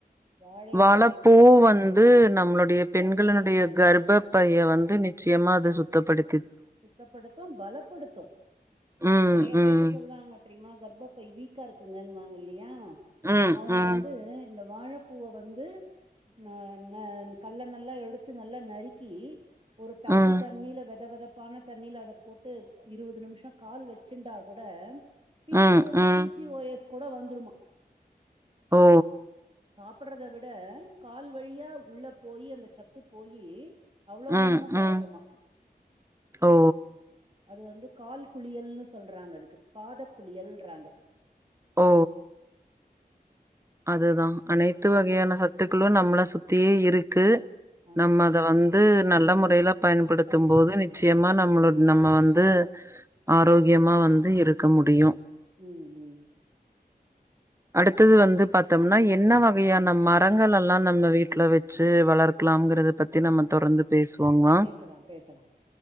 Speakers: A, on the right (about 35°); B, on the right (about 15°).
A: வாழைப்
B: வாழப் பூ வந் து நம்ளோட டைய பெண்களினுடைய
A: கர்ப்பப்பைக்கு நல்லது
B: கர்ப பைய வந்து நிச்சயமா அது சுத் துப்படி
A: சுத்தப்படுத்து பலப்படுத்தோ
B: ம்,
A: நெறைய
B: ம்,
A: பேர்க்கு சொல்வாங்க தெரியுமா கர்ப பை வீக் க்கா இருக்குங்கன்னு வாங்கலியா
B: ம்,
A: அவுங்க
B: ம்,
A: வந்து அந்த வாழப்பூவ வந்து அ ந கல்ல நல்லா எடுத்து நல்லா நறிக்கி ஒரு டப்பு
B: ம்,
A: தண்ணியில வெத வெதப் பான தண்ணியில அத போட்டு இருவது நிமிஷம் கால் வச்சுண்டா கூட பி
B: ம்,
A: சி ஓ டி
B: ம்.
A: பி சி ஓ எஸ் கூட வந்துருமா
B: ஓ
A: சாப்பிடுறத விட கால் வழியா உள்ள போயி் அந்த சத்து போயி அவ்ளோ
B: ம்,
A: நன்ம
B: ம்.
A: பையக்குமா
B: ஓ
A: அது வந்து கால் குளியல்ன்னு சொல்றாங்க அதுக்கு பாத குளியல்றாங்க
B: ஓ அதுதா அனைத்து வகையான
A: ம்
B: சத்துக்களு நம்மள சு திய இருக்கு
A: ஆமா
B: நம்ம அத வந்து நல்ல முறையல பயன்படுத்தும்
A: பயன்படுத்திக்கணு
B: போது நிச்சயமா நம்மளட நம்ம வந்து ஆரோக்கியமா வந்து இருக்க முடியு
A: உம் உம்
B: அடுத்தது வந்து பாத்தோம்னா என்ன வகையான மரங்கள் எல்லா நம்ம வீட்டில வெச்சு வளர்க்கலாம்ங்கிறத பற்றி நம்ம தொடர்ந்து பேசுவோங்கம்மா.
A: பேசலாம் பேசலாம்